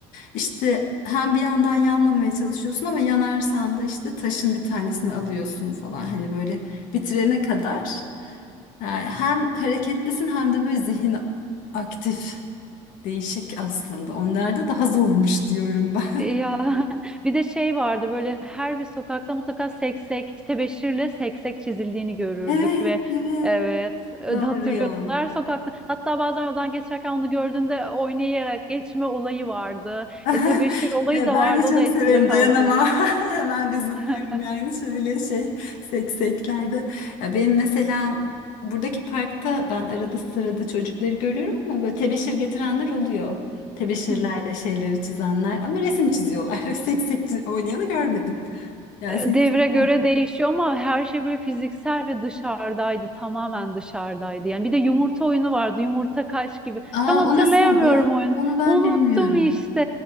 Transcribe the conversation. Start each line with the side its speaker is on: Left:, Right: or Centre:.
Left: İşte hem bir yandan yanmamaya çalışıyorsun ama yanarsan da işte taşın bir tanesini alıyorsun falan. Hani böyle bitirene kadar. Yani hem hareketlisin hem de böyle zihin aktif. Değişik aslında. Onlarda daha zormuş diyorum ben.
Centre: Ya
Left: <laughs>
Centre: <laughs> bir de şey vardı böyle her bir sokakta mutlaka seksek tebeşirle seksek çizildiğini görürdük
Left: Evet,
Centre: ve
Left: evet.
Centre: evet e,
Left: Doğru
Centre: hatırlıyorsun
Left: ya.
Centre: her sokakta hatta bazen yoldan geçerken onu gördüğünde oynayarak geçme olayı vardı.
Left: <laughs>
Centre: E, tebeşir olayı
Left: Evet,
Centre: da
Left: Ben
Centre: vardı
Left: de çok
Centre: o da eskide
Left: severim
Centre: kaldı
Left: dayanamam.
Centre: tabii.
Left: <laughs> Hemen bir zıplarım
Centre: <laughs>
Left: yani şöyle şey sekseklerde. Ya benim mesela buradaki parkta ben arada sırada çocukları görüyorum ama böyle tebeşir getirenler oluyor. Tebeşirlerle
Centre: Hı hı.
Left: şeyleri çizenler ama resim çiziyorlar. <laughs> Seksek çi- oynayanı görmedim. Yani
Centre: e,
Left: seksek
Centre: devre göre
Left: yok.
Centre: değişiyor ama her şey böyle fiziksel ve dışarıdaydı. Tamamen dışarıdaydı. Yani bir de yumurta oyunu vardı. Yumurta kaç gibi.
Left: Aa
Centre: Tam hatırlayamıyorum
Left: o nasıldı?
Centre: oyunu.
Left: Onu ben
Centre: Unuttum
Left: bilmiyorum.
Centre: işte.